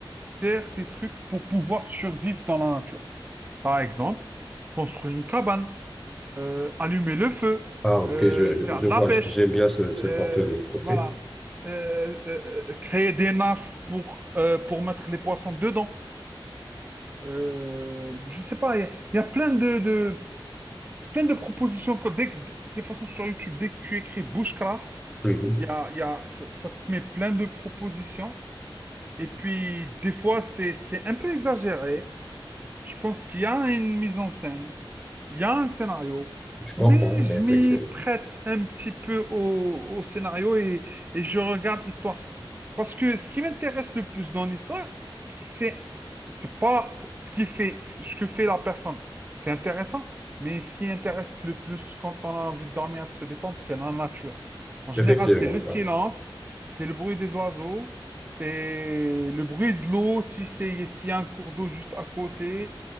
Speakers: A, on the right; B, in the centre.
A: faire des trucs pour pouvoir survivre dans la nature. Par exemple, construire une cabane, euh, allumer le feu,
B: Ah, OK,
A: euh,
B: je,
A: faire
B: je
A: de
B: vois,
A: la pêche,
B: j'aime bien ce, ce
A: euh,
B: contenu. OK.
A: voilà, Euh, euh, euh, créer des nasses pour, euh, pour mettre les poissons dedans. Euh, je sais pas, il y, a il y a plein de, de- plein de propositions. que dès que- de toute façon, sur YouTube, dès que tu écris bushcraft,
B: Mhm.
A: Il y a, il y a, ça, ça te met plein de propositions. Et puis, des fois, c'est, c'est un peu exagéré. Je pense qu'il y a une mise en scène. Il y a un scénario,
B: Je comprends,
A: mais je
B: effectivement.
A: m'y prête un petit peu au, au scénario et, et je regarde l'histoire. Parce que ce qui m'intéresse le plus dans l'histoire, c'est c'est pas ce qui fait, ce ce que fait la personne. C'est intéressant, mais ce qui intéresse le plus quand on a envie de dormir, de se détendre, c'est la nature. En général,
B: Effectivement,
A: c'est le silence,
B: ouais.
A: c'est le bruit des oiseaux, c'est le bruit de l'eau, si c'est, s'il y a un cours d'eau juste à côté.